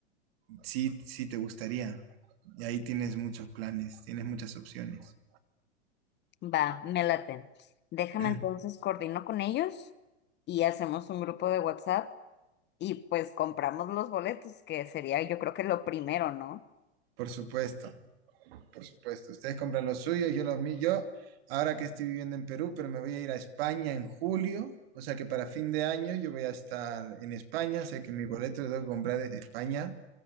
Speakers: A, on the right; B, on the left.
A: sí, sí te gustaría. Y ahí tienes muchos planes, tienes muchas opciones.
B: Va, me late. Déjame
A: <clears throat>
B: entonces coordino con ellos y hacemos un grupo de WhatsApp y pues compramos los boletos, que sería yo creo que lo primero, ¿no?
A: Por supuesto, por supuesto. Ustedes compran los suyos, yo los míos. Yo, ahora que estoy viviendo en Perú, pero me voy a ir a España en julio. O sea que para fin de año yo voy a estar en España. Sé que mi boleto lo tengo que comprar desde España